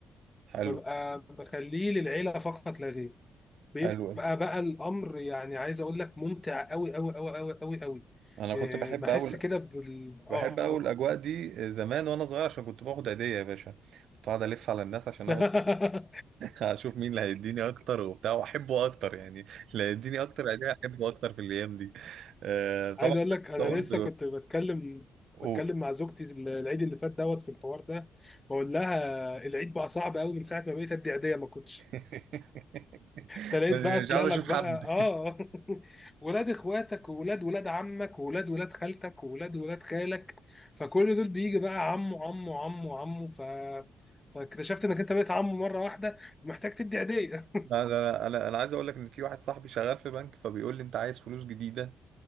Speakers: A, on the right; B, on the left.
A: حلو
B: ببقى بخليه للعيله فقط لا غير
A: حلو
B: بيبقى
A: انت
B: بقى الامر يعني عايز اقول لك ممتع قوي قوي قوي قوي قوي قوي
A: انا
B: إيه،
A: كنت بحب
B: بحس
A: اول
B: كده بال اه
A: بحب اول الاجواء دي زمان وانا صغير عشان كنت باخد عيديه يا باشا كنت قاعد الف على الناس عشان
B: <laughs>
A: اخد هشوف مين اللي هيديني اكتر وبتاع واحبه اكتر يعني اللي هيديني اكتر يعني احبه اكتر في الايام دي آه طبعا
B: عايز اقول لك انا
A: ده قلت
B: لسه كنت بتكلم
A: قول
B: بتكلم مع زوجتي العيد اللي فات دوت في الحوار ده بقول لها العيد بقى صعب قوي من ساعه ما بقيت ادي عيديه ما كنتش
A: <laughs>
B: تلاقيت
A: بس مش
B: بقى طلع
A: عايز
B: لك
A: اشوف
B: بقى
A: حد <laughs>
B: اه <laughs> ولاد اخواتك وولاد ولاد عمك وولاد ولاد خالتك وولاد ولاد خالك فكل دول بيجي بقى عمه عمه عمه عمه ف فاكتشفت انك انت بقيت عمه مره واحده محتاج تدي هديه
A: لا، ده انا انا أنا عايز اقول لك ان في واحد صاحبي شغال في بنك فبيقول لي انت عايز فلوس جديده